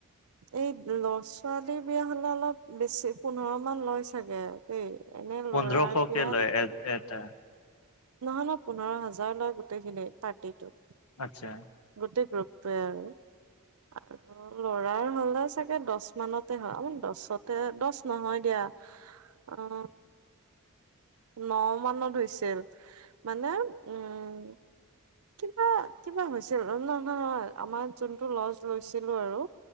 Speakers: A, on the right (about 80°); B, on the left (about 80°).
A: এই ল' ছোৱালীৰ বিয়া হলে অলপ বেছি পোন্ধৰ মান লয় চাগে। তেই এনে ল'ৰাৰ
B: পোন্ধৰশকে
A: বিয়াত
B: লয় এটা
A: নহয় -নহয় পোন্ধৰ হাজাৰ লয় গোটেইখিনি পাৰ্টিটো।
B: আচ্ছা।
A: গোটেই গ্ৰুপটোৱে আৰু।
B: <inaudible>
A: আৰু ল'ৰাৰ হ'লে চাগে দছ মানতে হয় <unintelligible> দছতে দছ নহয় দিয়া। অ', ন' মানত হৈছিল মানে উম কিবা -কিবা হৈছিল <unintelligible> নহয় আমাৰ যোনটো লজ লৈছিলো আৰু